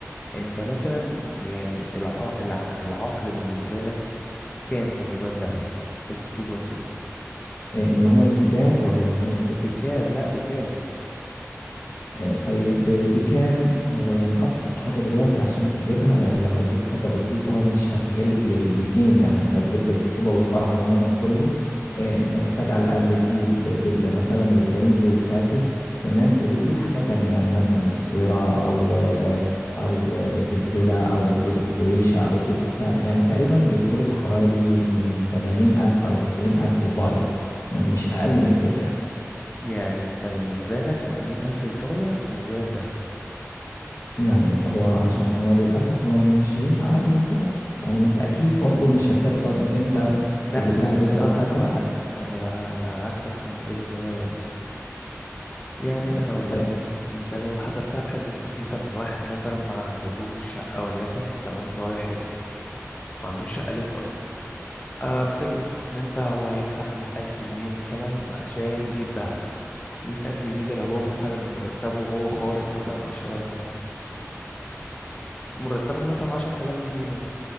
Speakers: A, on the left; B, on the left.
A: انت مثلا يعني الع... الع... العقل بالنسبة لك كام في موضوع الذهب في الخطوبة وكده
B: إيه، ان هو يتجاب ولا ان هو يتكتب
A: بكام لا بكام
B: آه، طيب ب- بكام هو يعني أبسط حاجة دلوقتي عشان تجيبها يعني لو هتجيب حاجة بسيطة مش هتقل للاتنين يعني أنت هتجيب للخطوبة والفرح عموما كله آه، أنت محتاج على الأقل تجيب دبلة مثلا وتوينز وخاتم تمام وبتجيب حاجة تانية يعني مثلا إسورة أو آه، أو آه، سلسلة أو تجيب غويشة أو تجيب فيعني تقريبا بيدخلوا في حوالي من 80000 أو 90000 وطالع يعني مش أقل من كده يعني
A: يعني انت بالنسبة لك تمانين ألف لطالع في موضوع الذهب
B: يعني هو عشان هو للأسف هو مش هينفع أقل من كده يعني ما أنت أكيد برضو
A: مم...
B: مش هترضى إنك أنت
A: لا
B: تجيب
A: بص
B: لها دبلة
A: بصراحة
B: وخاتم
A: أنا بعكسك
B: بس
A: أنا بع... أنا عكسك في الموضوع ده تماما يعني يعني
B: إيه،
A: أنا هقول
B: طيب
A: لك مثلا أنت لو حسبتها بحسبة بسيطة من واحد مثلا ما عندهوش شقة وليكن تمام رايح يخطب ما عندوش شقة لسه أصلا آه بفكرة إن أنت هو هيدفع مية ألف جنيه مثلا عشان يجيب دهب مية ألف جنيه ده لو هو مثلا مرتبه وهو خارج مثلا عشر مرتبه مثلا عشر تلاف جنيه مثلا